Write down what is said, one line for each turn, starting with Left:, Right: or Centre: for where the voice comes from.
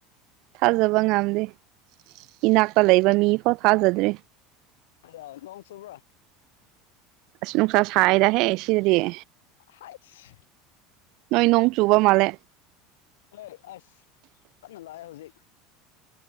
Right: ꯊꯥꯖꯕ ꯉꯝꯗꯦ ꯏꯅꯥꯛꯇ ꯂꯩꯕ ꯃꯤꯐꯥꯎ ꯊꯥꯖꯗ꯭ꯔꯦ
Left: ꯑ ꯀꯝ ꯁꯕ꯭ꯔ
Right: ꯑ ꯅꯨꯡꯁꯥ ꯁꯥꯏꯗ ꯍꯦ ꯁꯤꯔꯤꯌꯦ
Left: ꯍꯥꯏꯁ
Right: ꯅꯣꯏ ꯅꯣꯡ ꯆꯨꯕ ꯃꯥꯜꯂꯦ
Left: ꯍꯣꯏ ꯑꯁ ꯀꯅ ꯂꯥꯛꯦ ꯍꯧꯖꯤꯛ